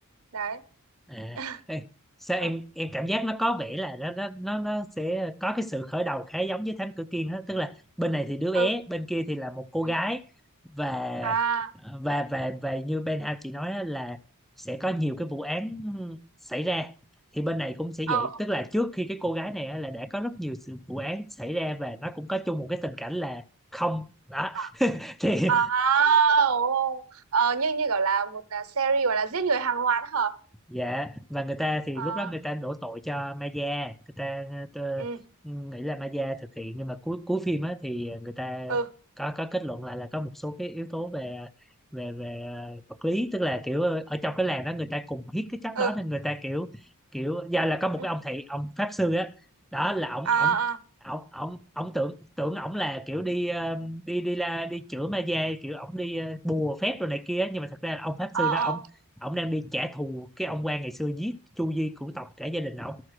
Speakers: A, on the right; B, in the centre.
A: đấy
B: À,
A: <laughs>
B: ê, sao
A: ừ
B: em em cảm giác nó có vẻ là nó nó nó nó sẽ có cái sự khởi đầu khá giống với Thám Tử Kiên đó, tức là bên này thì đứa bé,
A: ừ
B: bên kia thì là một cô
A: ừ.
B: gái và
A: à
B: và và và như Ben Hao chị nói á, là sẽ có nhiều cái vụ án xảy ra thì bên này cũng sẽ
A: ờ
B: vậy, tức là trước khi cái cô gái này á, là đã có rất nhiều sự vụ án xảy ra và nó cũng có chung một cái tình cảnh là không đó
A: ờ,
B: <laughs> thì
A: À, ồ, ờ, như như kiểu là một à, series gọi là giết người hàng loạt hả?
B: dạ và người ta thì
A: À,
B: lúc đó người ta đổ tội cho Maya người ta ờ,
A: ừ,
B: nghĩ là Maya thực hiện nhưng mà cuối cuối phim á thì người ta
A: ừ,
B: có có kết luận lại là có một số cái yếu tố về về về ờ, vật lý tức là kiểu ờ, ở trong cái làng đó người ta cùng hít cái chất
A: ừ,
B: đó nên người ta kiểu kiểu do là có một
A: ừ,
B: cái ông thầy ông pháp sư á đó là ông
A: à,
B: ông
A: à,
B: ông ông ông tưởng tưởng ổng là kiểu đi ờ, đi đi la đi chữa ma da kiểu ổng đi ờ, bùa phép rồi này kia nhưng mà thật ra là ông pháp
A: à,
B: sư đó
A: à,
B: ổng đang đi trả thù cái ông quan ngày xưa giết Chu Di cửu tộc cả gia đình ổng